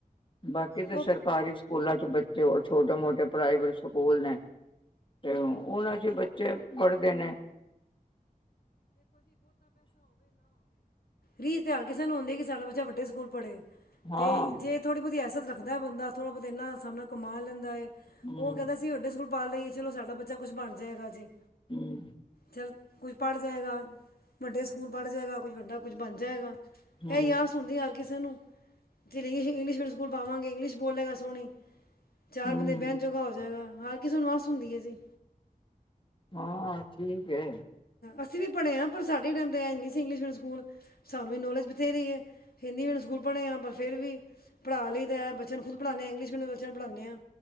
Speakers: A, on the left (about 35°); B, on the left (about 80°).
A: ਬਾਕੀ ਤੇ
B: ਉਹ
A: ਸਰਕਾਰੀ ਸਕੂਲ ਚ ਬੱਚੇ ਉਹ ਛੋਟੇ ਮੋਟੇ ਪ੍ਰਾਈਵੇਟ ਸਕੂਲ ਨੇ ਤੇ ਹੁਨਾਂ ਅਸੀ ਬੱਚੇ ਪੜ੍ਹਦੇ ਨੇ
B: ਰੀ ਇਸ਼ਤਹਰ ਕਿਸੇ ਨੂੰ ਆਉਂਦੇ ਹੈ ਕਿ ਸਾਡਾ ਬੱਚਾ ਵੱਡੇ ਸਕੂਲ ਪੜ੍ਹੇ
A: ਹਾਂ
B: ਤੇ ਜੇ ਥੋੜ੍ਹੀ ਬਹੁਤੀ ਅਸਤ ਰੱਖਦਾ ਬੰਦਾ ਥੋੜਾ ਬਹੁਤ ਇੰਨਾ ਸਣਾ ਕਮਾਲ ਲੈਂਦਾ ਏ
A: ਹੂੰ
B: ਉਹ ਕਹਿੰਦਾ ਸੀ ਵਡੇ ਸਕੂਲ ਪਾਾਲ ਲਈਏ ਚਲ ਸਾਡਾ ਬੱਚਾ ਅੱਛਾ ਕੁਛ ਬਣ ਜਾਏਗਾ ਜੀ
A: ਹੂੰ
B: ਚੱਲ ਕੋਈ ਪੜ੍ਹ ਜਾਏਗਾ ਵੱਡੇ ਸਕੂਲ ਪੜ੍ਹ ਜਾਏਗਾ ਕੁਝ ਵੱਡਾ ਕੁਝ ਬਣ ਜਾਏਗਾ
A: ਹੂੰ
B: ਇਹ ਆ ਸੁ ਹਣਦੀ ਹਰ ਕਿਸੇ ਨੂੰ ਫਿਰੰ ਇੰਲਿਸ਼ ਮੀਅਮ ਸਕੂਲ ਪਾਵਾਂਗੇ ਇਗਲਿਸ਼ੋਲਲੇ ਅ ਸਹਨ ਚਾਰ
A: ਹੂੰ
B: ਬੰਦੇ ਬਹਿਣ ਜੋੋਗਾ ਹੋ ਜਾਏਗਾ ਹਰ ਕਿਸੇ ਨੂੰ ਮਸ ਹੁੰਦੀ ਹੈ ਜੀ
A: ਹਾਂ ਠੀਕ ਹੈ
B: ਅਸੀਂ ਵੀ ਪੜ੍ਹੇ ਹਾਂ ਪਰ ਸਾਡੇ ਟਾਈਮ ਤੇ ਐ ਨਹੀਂ ਸੀ ਇੰਗਲਿਸ਼ ਮੀਡੀਅਮ ਸਕੂਲ ਸਾਨੂੰ ਵੀ ਨੌਲੇਜ ਬਥੇਰੀ ਹੈ ਹਿੰਦੀ ਮੀਡੀਅਮ ਸਕੂਲ ਪੜ੍ਹੇ ਹਾਂ ਪਰ ਫਿਰ ਵੀ ਪੜ੍ਹਾ ਲਈ ਤਾਂ ਹੈ ਖੁਦੜ੍ਹਾ ਇੰਗਸ਼ਅ ਬੱਚ ਬਣਾਉਦੇ ਹਾਂ